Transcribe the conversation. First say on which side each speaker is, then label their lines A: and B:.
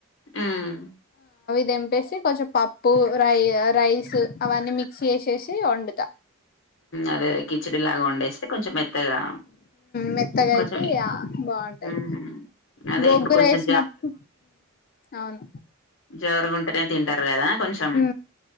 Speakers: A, on the left; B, on the left.
A: ఉమ్
B: దంపేసి కొంచెం పప్పు రై రైస్ అవన్నీ మిక్స్ చేసేసి వండుతా
A: అదేద కిచిడి లాగా వండేస్తే కొంచెం మెత్తగా
B: మెత్తగా
A: కొంచెం
B: అయితే ఆ బాగుంటాది
A: హ్మ్. అదే
B: గోంగూర
A: ఇప్పుడు కొంచెం
B: వేసినప్పుడు అవును
A: జరుగుంటెనే తింటారు కదా కొంచెం
B: హు